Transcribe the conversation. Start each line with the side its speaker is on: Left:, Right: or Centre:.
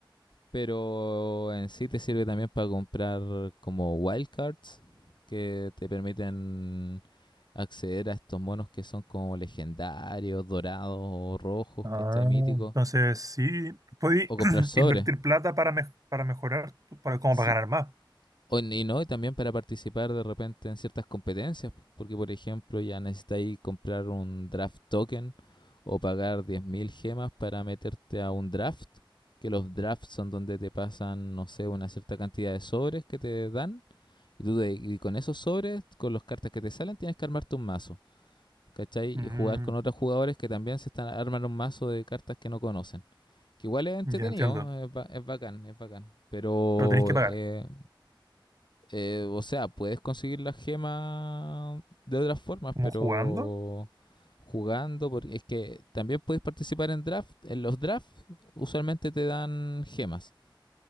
Left: pero en sí te sirve también para comprar como wildcards que te permiten acceder a estos monos que son como legendarios, dorados o rojos,
Right: Ah,
Left: ¿cachai? Míticos.
Right: entonces sí, podéis
Left: O comprar
Right: <clears throat>
Left: sobres.
Right: invertir plata para, mej- para mejorar, tu- para, como
Left: Sí.
Right: para ganar más.
Left: O, y no, y también para participar de repente en ciertas competencias, porque por ejemplo ya necesitáis comprar un draft token o pagar 10.000 gemas para meterte a un draft, que los drafts son donde te pasan, no sé, una cierta cantidad de sobres que te dan Y tú de- y con esos sobres, con los cartas que te salen, tienes que armarte un mazo, ¿cachai?
Right: Mm,
Left: Y jugar con otros jugadores que también se están armando un mazo de cartas que no conocen. Que igual es entretenido,
Right: ya entiendo.
Left: eh, es, ba- es bacán, es bacán. Pero,
Right: Pero tenéis que pagar.
Left: eh, eh, o sea, puedes conseguir las gemas de otras formas,
Right: ¿Como
Left: pero
Right: jugando?
Left: jugando, porque es que también puedes participar en draft. En los drafts usualmente te dan gemas,